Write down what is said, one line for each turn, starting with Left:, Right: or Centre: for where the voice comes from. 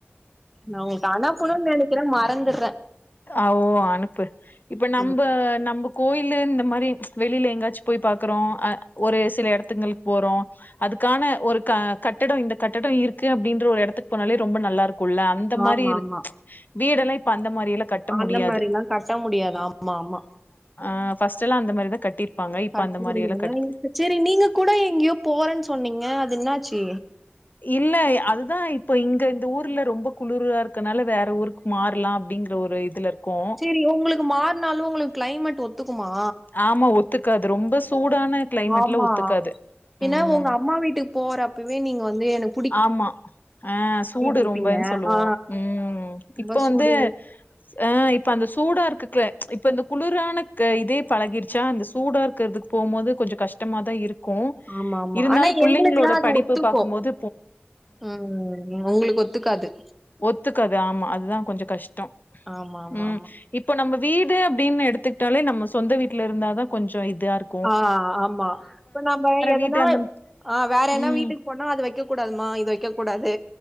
Centre: நான் உனக்கு அனுப்பனுனு நெனைக்குற மறந்துறேன்
Left: அ ஓ அனுப்பு இப்ப நம்ப
Centre: ம்
Left: நம்பு கோயிலு இந்த மாரி வெளில எங்காச்சும் போய் பாக்குறோம் அ ஒரு சில எடத்துங்களுக்கு போறோம் அதுக்கான ஒரு க கட்டடம் இந்த கட்டடம் இருக்கு அப்டின்ற ஒரு எடத்துக்கு போனாலே ரொம்ப நல்லா இருக்கும் குள்ள அந்த மாரி
Centre: ஆமா
Left: இரு
Centre: ஆமா
Left: வீடெல்லாம் இப்ப அந்த மாரி எல்லா கட்ட முடியாது
Centre: அந்த மாரிலாம் கட்ட முடியாது ஆமா ஆமா
Left: ஆ ஃபர்ஸ்டெல்லாம் அந்த மாரிதான் கட்டிருப்பாங்க இப்ப
Centre: கட்டிருந்தாங்க
Left: அந்த மாரிலா கட்
Centre: செரி நீங்க கூட எங்கேயோ போறேன்னு சொன்னீங்க அது என்னாச்சு
Left: இல்ல அதுதா இப்போ இங்க இந்த ஊர்ல ரொம்ப குளிரா இருக்கனால வேற ஊருக் மாற்லாம் அப்டிங்கற ஒரு இதுல இருக்கோ
Centre: செரி உங்களுக்கு மாற்னாலு உங்களுக்கு கிளைமேட் ஒத் த்துக்குமா
Left: ஆமா ஒத்துக்காது ரொம்ப சூடான கிளைமேட்ல
Centre: ஆமா
Left: ஒத்துக்காது
Centre: பின்ன
Left: ம்
Centre: உங்க அம்மா வீட்டுக்கு போறப்பவே நீங்க வந்து எனக்
Left: ஆமா அ சூடு
Centre: இருப்பீங்க
Left: ரொம்பன் சொல்லுவோ
Centre: ஆ
Left: ம்
Centre: ரொம்ப
Left: இப்போ
Centre: சூடு
Left: வந்து ஆ இப்ப அந்த சூடா இருக்க கிளை இப்ப இந்த குளுரானக் இதே பழகிடுச்சா அந்த சூடா இருக்கறதுக் போம்போது கொஞ்ச கஷ்டமா தா இருக்கு
Centre: ஆமா ஆமா
Left: இருந்தாலு
Centre: ஆனா
Left: புள்ளைங்களோட
Centre: எங்களுக்குல்லா அது
Left: படிப்பு
Centre: ஒத்துக்கு
Left: பாக்கும் போது
Centre: ம் உங்களுக் ஒத்துக்காது
Left: ஒத்துக்காது ஆமா அதுதா கொஞ்ச கஷ்ட
Centre: ஆமா ஆமா
Left: ம்
Centre: ஆமா
Left: இப்போ நம்ம வீடு அப்டின் எடுத்துக்கிட்டாலே நம்ம சொந்த வீட்ல இருந்தா தா கொஞ்ச இதா இருக்
Centre: ஆ ஆமா இப்ப நாம எதனா
Left: வீட்டு அந்த
Centre: ஆ வேற என்ன
Left: ம்
Centre: வீட்டுக் போனா அது வெக்க கூடாதுமா இது வைக்க கூடாது